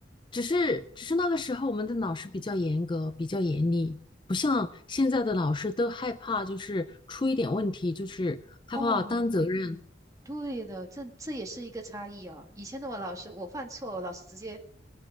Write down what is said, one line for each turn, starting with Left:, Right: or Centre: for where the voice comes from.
Left: 只是只是那个时候我们的老师比较严格，比较严厉，不像现在的老师都害怕，就是出一点问题，就是害怕担责任，
Right: 哦，对的，这这也是一个差异哦。以前的我老师，我犯错，我老师直接，